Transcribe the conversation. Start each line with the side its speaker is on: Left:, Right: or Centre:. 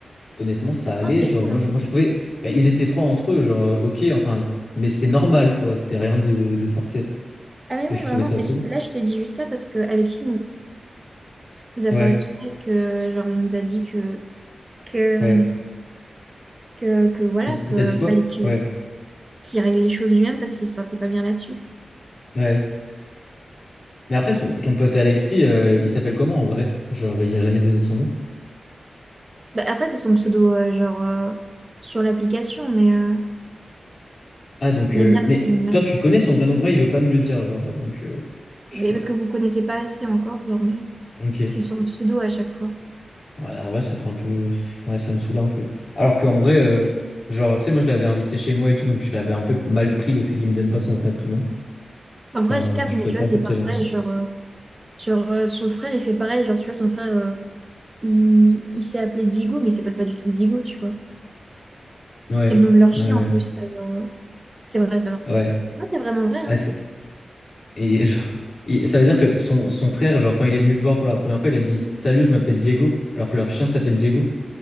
Left: honnêtement, ça allait.
Right: c'était
Left: Genre,
Right: cool,
Left: moi,
Right: hein.
Left: je, moi, je trouvais, bah, ils étaient froids entre eux. Genre, euh, ok, enfin, mais c'était normal quoi. C'était rien de, de forcé.
Right: Ah mais
Left: Et
Right: oui,
Left: je trouvais
Right: vraiment.
Left: ça
Right: Mais
Left: cool.
Right: là, je te dis juste ça parce que Alexis nous, nous a
Left: Ouais,
Right: parlé de tout ça et que, genre, il nous a dit que, que,
Left: ouais.
Right: que, que voilà,
Left: Il,
Right: que
Left: il t'a dit quoi?
Right: fallait que,
Left: Ouais,
Right: qu'il règle les choses lui-même parce qu'il se sentait pas bien là-dessus.
Left: ouais. Mais après, ton, ton pote Alexis, euh, il s'appelle comment en vrai? Genre, il a jamais donné son nom.
Right: Bah, après, c'est son pseudo, euh, genre, euh, sur l'application, mais euh,
Left: Ah, donc,
Right: il
Left: euh,
Right: aime bien rester
Left: mais
Right: énigmatique.
Left: toi, tu le connais son vrai nom? Moi, il veut pas me le dire, genre, donc, euh, je
Right: Mais
Left: sais pas.
Right: parce que vous connaissez pas assez encore, genre, mais
Left: Ok.
Right: c'est son pseudo à chaque fois.
Left: Ouais, en vrai, ça fait un peu. Ouais, ça me saoule un peu. Alors qu'en vrai, euh, genre, tu sais, moi, je l'avais invité chez moi et tout, donc je l'avais un peu mal pris le fait qu'il me donne pas son vrai prénom.
Right: En
Left: Enfin,
Right: vrai, je capte,
Left: je
Right: mais
Left: trouvais
Right: tu
Left: pas
Right: vois,
Left: ça
Right: c'est
Left: très
Right: pareil,
Left: gentil.
Right: genre, euh, genre euh, son frère, il fait pareil, genre, tu vois, son frère, euh, il, il s'est appelé Digo, mais il s'appelle pas du tout Digo, tu vois.
Left: Ouais,
Right: C'est le nom de leur
Left: ouais,
Right: chien,
Left: ouais.
Right: en plus, ça, genre, euh, c'est vrai, ça, par
Left: Ouais,
Right: contre. Non, c'est vraiment vrai, hein.
Left: Ouais, Et genre, et ça veut dire que son, son frère, genre, quand il est venu te voir pour la première fois, il a dit «Salut, je m'appelle Diego», alors que leur chien s'appelle Diego.